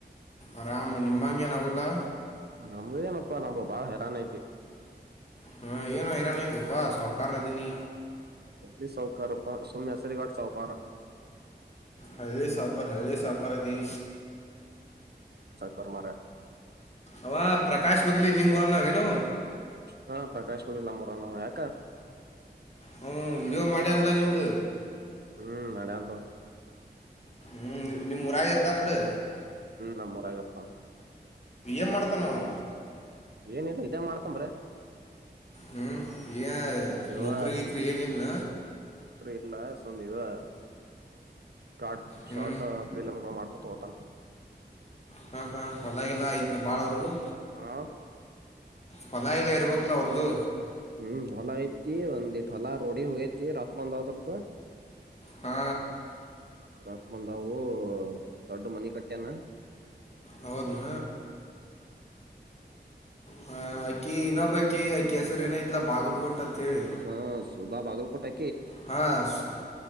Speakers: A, on the left; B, on the right.
A: ಅರಾಮ ನಿಮ್ಮಂಗೆನಾಗುಲ್ಲಾ.
B: ನಮ್ದೇನಪ್ಪಾ ನಮ್ದ ಬಾಳ ಹೈರಾಣ ಐತಿ.
A: ಹ ಏನ್ ಹೈರಾಣ್ ಅಯ್ತೋಪಾ ಸೌಕಾರ ಅದಿನಿ.
B: ಎಲ್ಲಿ ಸೌಕಾರಪ್ಪಾ ಸುಮ್ ಹೆಸರಿಗಟ್ ಸೌಕಾರ.
A: ಹಳ್ಳಿ ಸೌಕಾರ್ ಹಳ್ಳಿ ಸೌಕಾರ್ ಅದಿ.
B: ಕರಮಾರೆ.
A: ಅವಾ ಪ್ರಕಾಶ್ ಬಗ್ಲಿ ನಿಮ್ಮೂರಾನಾವ್ ಏನವ.
B: ಹಾ ಪ್ರಕಾಶ್ ಬಗ್ಲಿ ನಮ್ಮೂರಾನವ ಯಕ್.
A: ಹ್ಮ ವಿಡಿಯೋ ಮಾಡ್ಯಾನ್ಲಾ ನಿಮ್ದ.
B: ಹ್ಮ ನಡ್ಯಾಂತವ.
A: ಹ್ಮು ನಿಮ್ಮ್ ಊರಾಗ್ ಇರ್ತಾನ್ಬಿಡ್.
B: ನಮ್ಮೂರಾಗಿರ್ತಾನ್.
A: ಎಂಮಾಡ್ತನವ.
B: ಏನಿಲ್ಲ ಇದೇ ಮಾಡ್ತಾನ್ ಬರೇ.
A: ಹ್ಮ ಏ
B: ಇವ
A: ನೌಕ್ರಿ ಗಿಕ್ರಿ ಏನಿಲ್ಲನ.
B: ಇಲ್ಲಾ ಸುಮ್ ಇದು ಶಾಟ್
A: ಹ್ಞೂ
B: ಶಾರ್ಟ ಪೀಲಂಗೊಳ್ ಮಾಡ್ಕಂತ ಹೋಗ್. ತ್ತಮ್.
A: ಹ ಹ ಹೊಲಾ ಗಿಲಾ ಐತ್ನ ಬಾಳವ್ರುದು.
B: ಹ
A: ಹೊಲಾ ಗಿಲಾ ಇರ್ಬೇಕಲ್ಲ ಅವ್ರ್ದು.
B: ಹ್ಮ್ ಹೊಲಾ ಐತ್ತಿ ಒಂದಿಟ್ ಹೊಲಾ ರೋಡಿಗ ಹೋಗೆತಿ ರೋಕ್ ಬಂದಾವು ಅದ್ರುದು.
A: ಹಾ.
B: ರಕ್ಕ ಬಂದಾವು ದೊಡ್ಡ ಮನಿ ಕಟ್ಯಾನ್.
A: ಹೌದ್ನ. ಹ ಅಕಿ ಇನ್ನೊಬ್ಬಕ್ಕಿ ಅಕಿ ಹೆಸರ್ ಏನಐತ್ಲಾ ಬಾಗಲ್ಕೋಟತ್ ಹೇಳಿ.
B: ಹಾ ಸುಧಾ ಬಾಗಲಕೋಟೆ.
A: ಹ ಸು